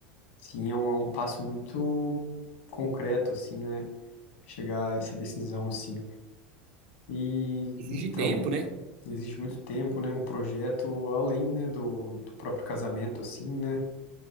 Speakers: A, on the left; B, on the right.
A: Sim, é um, é um passo muito concreto, assim, né? Chegar a essa decisão, assim. E,
B: Exige
A: então,
B: tempo, né?
A: exige muito tempo, né? Um projeto além, né, do, do próprio casamento, assim, né?